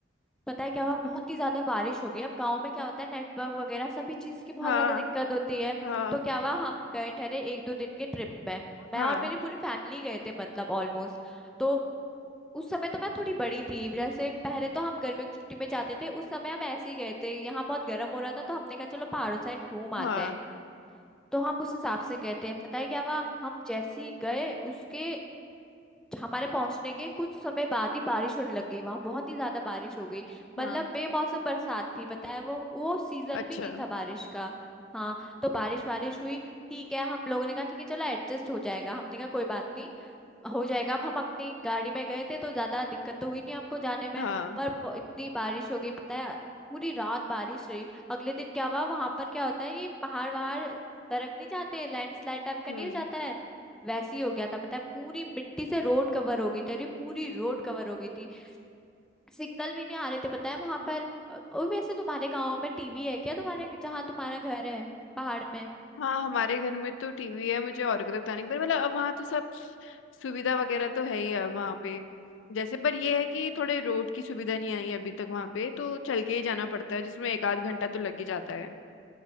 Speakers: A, in the centre; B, on the left.
A: पता है क्या हुआ बहुत ही ज्यादा बारिश हो गई अब गांव में क्या होता है नेटवर्क वगैरह सभी चीज की बहुत
B: हाँ
A: ज्यादा दिक्कत होती है
B: हाँ
A: तो क्या हुआ हम गए ठहरे एक दो दिन के ट्रिप में
B: हाँ
A: मैं और मेरी पूरी फैमिली गए थे मतलब ऑलमोस्ट तो उस समय तो मैं थोड़ी बड़ी थी जैसे पहले तो हम गर्मियों की छुट्टी में जाते थे उस समय हम ऐसे ही गए थे यहाँ बहुत गर्म हो रहा था तो हमने कहा चलो पहाड़ों साइड घूम आते
B: हाँ
A: हैं तो हम उस हिसाब से गए थे पता है क्या हुआ हम जैसे ही गए उसके हमारे पहुंचने के कुछ समय बाद ही बारिश होने लग गई वहां बहुत ही ज्यादा बारिश हो गई
B: हाँ
A: मतलब बेमौसम बरसात थी पता है वो वो सीजन
B: अच्छा
A: भी नहीं था बारिश का हाँ तो बारिश वारिश हुई ठीक है हम लोगों ने कहा ठीक है चलो एडजस्ट हो जाएगा हमने कहा कोई बात नहीं हो जाएगा अब हम अपनी गाड़ी में गए थे तो ज्यादा दिक्कत तो हुई नहीं हमको जाने में
B: हाँ
A: पर ब- इतनी बारिश हो गई पता है पूरी रात बारिश रही अगले दिन क्या हुआ वहां पर क्या होता है ये पहाड़ वहाड़ दरक नहीं जाते लैंडस्लाइड टाइप का
B: हम्म
A: नहीं हो जाता है वैसे ही हो गया था पता है पूरी मिट्टी से रोड कवर हो गई थी अरे पूरी रोड कवर हो गई थी सिग्नल भी नहीं आ रहे थे पता है वहां पर और वैसे तुम्हारे गांव में टीवी है क्या तुम्हारे जहाँ तुम्हारा घर है पहाड़ में
B: हाँ हमारे घर में तो टीवी है मुझे और कोई पता नहीं पर मतलब अब वहाँ तो सब सुविधा वगैरह तो है ही अब वहाँ पे जैसे पर ये है कि थोड़े रोड की सुविधा नहीं आई है अभी तक वहाँ पे तो चल के ही जाना पड़ता है जिसमें एक आध घंटा तो लग ही जाता है